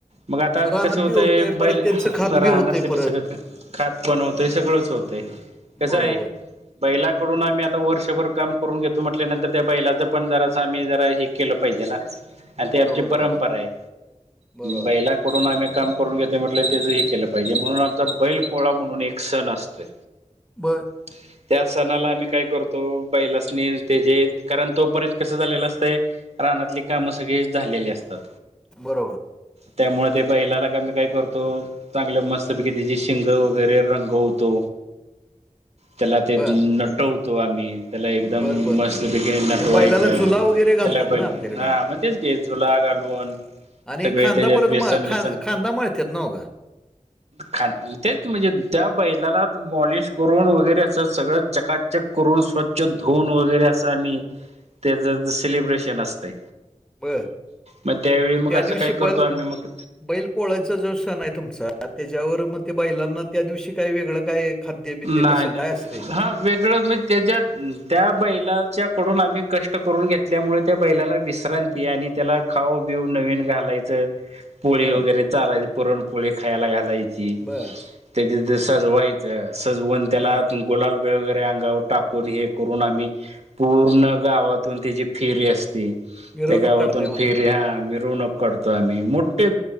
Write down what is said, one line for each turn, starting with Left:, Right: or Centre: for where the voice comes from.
Right: मग आता
Centre: रानात
Right: कसं होतंय,
Centre: बी परत
Right: बैल
Centre: त्यांचं खात
Right: राहनाले
Centre: बी होतंय
Right: कसं
Centre: परत.
Right: करते <unintelligible> खात- पण होतय, सगळंच होतय, कसं
Centre: बरोबर,
Right: आहे- बैलाकडून आम्ही आता वर्षभर काम करून घेतो, म्हटल्यानंतर त्या बैलाचं पण जरा आम्ही जरा- केलं पाहिजे ना आणि ते
Centre: बरोबर,
Right: आमची परंपरा
Centre: बरोबर,
Right: आहे.
Centre: बरोबर.
Right: बैला- म्हणून आम्ही काम करून घेतोय, म्हणजे त्याच केलं पाहिजे म्हणून आमचा बैल पोळा म्हणू- म्हणून एक सण असतोय.
Centre: बरं.
Right: <inaudible> त्या सणाला आम्ही काय करतो, बैलासनी ते जे कारण तोपर्यंत कसं झालेलं असतंय- रानातली कामं सगळी झालेली असतात.
Centre: बरोबर.
Right: त्यामुळे ते बैलाला काय आम्ही काय करतो, चांगलं मस्त पैकी तीची शिंग वगैरे- रंगवतो, त्याला ते
Centre: बरं,
Right: नटवतो आम्ही. त्याला एकदम
Centre: बरं, बरं.
Right: मस्त पैकी नटवायचे,
Centre: ते बैलाला जुला वगैरे घालतात
Right: त्याला पहिले
Centre: ना आपल्याकडे
Right: म हा तेच की. झुला घालून-
Centre: आणि
Right: सगळे
Centre: खांदा
Right: त्याच्यात
Centre: परत
Right: व्यसन
Centre: म ख
Right: बिसन
Centre: खांदा मळतेत नव गा?
Right: खांद <unintelligible> ते म्हणजे त्या बैलाला मॉलिश करून वगैरे, असं सगळं चकाचक करून स्व्छ- च्छ धुन वगैरे, अस आम्ही त्याच सेलब्रेशन असतय.
Centre: बरं.
Right: मग त्यावेळी मग
Centre: त्या
Right: असं
Centre: दिवशी
Right: काय करतो
Centre: बैल
Right: आम्ही मग.
Centre: बैल पोळायचा जो सण आहे तुमचा, त्याच्यावर मग ते बैलांना त्या दिवशी काय वेगळं- काय खाद्य-बिद्य
Right: नाय,
Centre: कसं
Right: नाय,
Centre: काय असतंय?
Right: हा, वेगळंच म्हण- तेच्यात त्या बैलाच्याकडून आम्ही कष्ट करून घेतल्यामुळे त्या बैलाला विश्रांती आणि त्याला- खाऊ बिऊ नवीन घालायचं, पोळी
Centre: बरं,
Right: वगैरे चारायची, पुरणपोळी वैगरे खायला घालायची.
Centre: बर.
Right: त्या तिथ सजवायचं, सजवून त्याला-
Centre: हां,
Right: गुलाल बेळ वगैरे, अंगावर टाकून हे करून आम्ही- पूर्ण गावातून त्याची फेरी असती,
Centre: मिरवणूक
Right: त्या गावातून
Centre: काढताय म्हणा.
Right: फेरी हा मिरवणूक - काढतो आम्ही. मोठे